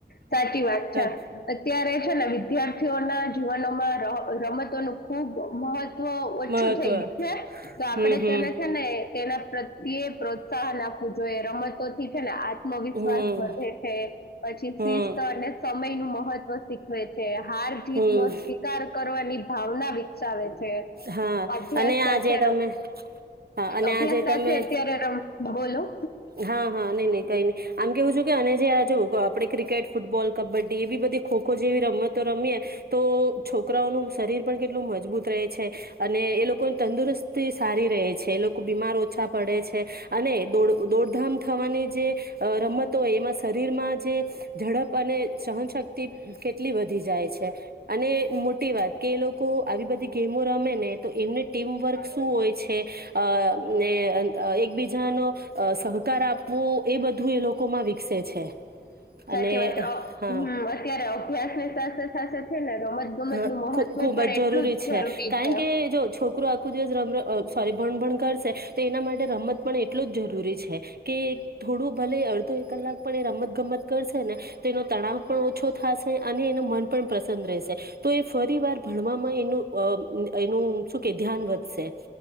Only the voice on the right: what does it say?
હમ
મહત્વ
હમ હમ
હમ
હમ
હમ
હા
અને આજે
તમે હા અને
આજે તમે
હા હા નઈ નહી કઈ નહી આમ કેવું છું કે. જ આપણે. આપે ક્રિકેટ ફૂટબોલ કબડ્ડી એવી બધી ખોખો જેવી રમતો રમીએ તો છોકરાઓનું શરીર પણ કેટલું મજબૂત રહે છે અને એ લોકોની તંદુરસ્તી સારી રહે છે એ લોકો બીમાર ઓછા પડે છે. અને દોડ દોડધામ થવાની જે અ રમત તો એમાં શરીરમાં જે ઝડપ અને સહનશક્તિ કેટલી વધી જાય છે અને મોટી વાત કે એ લોકો આવી બધી ગેમો રમે ને તો એમને ટીમવર્ક શું હોય છે એ અ ને એક બીજા એકબીજાનો સહકાર આપવો એ બધું એ લોકો માં વિકસે છે.
અને
હા
હા
ખૂબ ખૂબ
જ જરૂરી છે
કારણ
કે જો છોકરુ આખું દિવસ રમ રમ અ સોરી ભણ ભણ કરશે તો એના માટે રમત પણ એટલું જ જરૂરી છે કે થોડું ભલે અડધો એક કલાક પણ એ રમત ગમત કરશે ને તો એનો તણાવ પણ ઓછો થાશે અને એનો મન પણ પ્રસન્ન રહેશે તો એ ફરી વાર ભણવામાં એનું એનું શું કે ધ્યાન વધશે